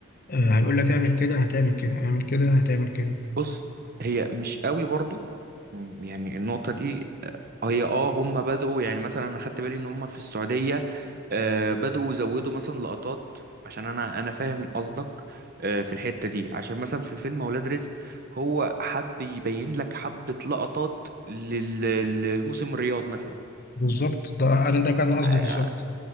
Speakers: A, on the left; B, on the right.
A: آه هيقول لك اعمل كده هتعمل كده اعمل كده هتعمل كده
B: بص هي مش قوي برضو م- يعني النقطة دي آه، هي اه هم بدأوا يعني مثلا انا خدت بالي ان هم في السعودية آه، بدأوا يزودوا مثلا لقطات عشان انا انا فاهم قصدك آه، في الحتة دي عشان مثلا في فيلم اولاد رزق هو حب يبين لك حبة لقطات لل- للموسم الرياض مثلا
A: بالظبط ده انا ده كان قصدي
B: آه،
A: بالظبط